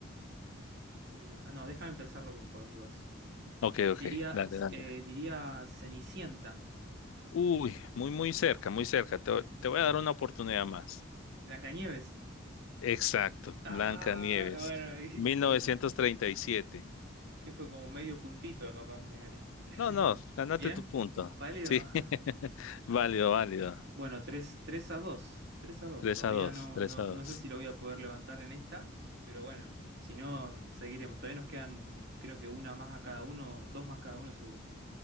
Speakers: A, on the right; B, on the left.
A: eh, ah, no, déjame pensarlo bien por las dudas.
B: Ok, ok,
A: Diría,
B: dale, dale.
A: eh, diría Cenicienta.
B: Uy, muy, muy cerca, muy cerca. Te, te voy a dar una oportunidad más.
A: Blancanieves.
B: Exacto,
A: Ah,
B: Blanca Nieves,
A: bueno, <laughs> ahí que
B: 1937.
A: fue como, que fue como medio puntito, capaz me gané.
B: No, no, ganate
A: ¿Bien?
B: tu punto.
A: ¿Válido?
B: Sí,
A: <laughs>
B: <laughs> válido, válido.
A: Bueno, tres tres a dos tres a dos
B: 3
A: Todavía
B: a 2,
A: no,
B: 3
A: no,
B: a 2.
A: no sé si lo voy a poder levantar en esta, pero bueno, si no, seguiremos. Todavía nos quedan, creo que una más a cada uno, dos más cada uno seguro.